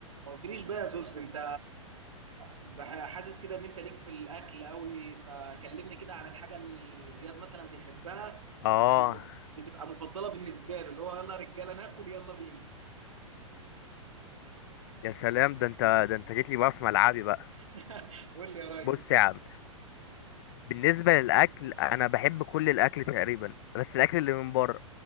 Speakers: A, on the right; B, on the left.
A: ما قلتليش بقى يا زوز انت بح- حاسس كده ان انت ليك في الاكل قوي فكلمني كده عن الحاجه اللي زياد مثلا بيحبها
B: اه
A: وما هي- بتبقى مفضله بالنسبه له اللي هو يلا يا رجاله ناكل يلا بينا
B: يا سلام ده انت ده انت جيت لي بقى في ملعبي بقى
A: <laughs> قول لي يا ريس
B: بص يا عم بالنسبه للاكل انا بحب كل الاكل تقريبا بس الاكل اللي من بره